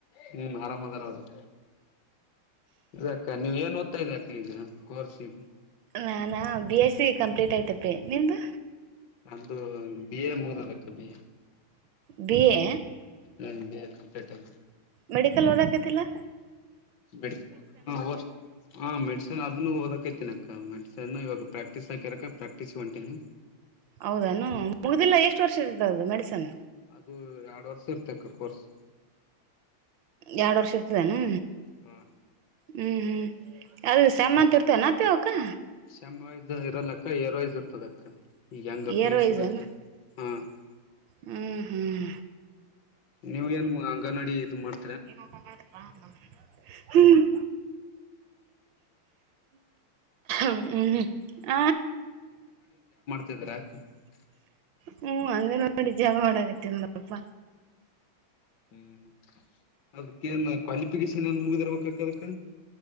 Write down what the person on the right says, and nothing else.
ನಾನ ಬಿ ಎಸ್ ಸಿ ಕಂಪ್ಲೀಟ್ ಆಯ್ತಪ್ಪಿ ನಿಮ್ದು.
ಬಿ ಎ.
ಮೆಡಿಕಲ್ ಓದಕತ್ತಿಲ್ಲ.
ಹೌದೇನು ಮುಗ್ದಿಲ್ಲ ಎಷ್ಟು ವರ್ಷ ಇರ್ತದ್ ಅದು ಮೆಡಿಸನ್.
ಎರಡ್ ವರ್ಷ ಇರ್ತದೆನೂ.
ಹ್ಮ್ ಹ್ಮ್ ಅದು ಸೆಮ್ ಅಂತ ಇರ್ತೆನ್ ಅಪ್ಪಿ ಅವ್ಕಾ.
ಇಯರ್
wise
ಅನ
ಹ್ಮ್ ಹ್ಮ್.
ಏನ್ ಅಪ್ಪ ಮಾಡ್ ಬಾ ಅಂದನ್. ಹ್ಮ್ ಹ್ಮ ಹ.
ಹ್ಮ್ ಅಂಗನ್ವಾಡಿ ಜಬ್ ಮಾಡಕತಿವ್ ನಾವ್ ಪ್ಪ.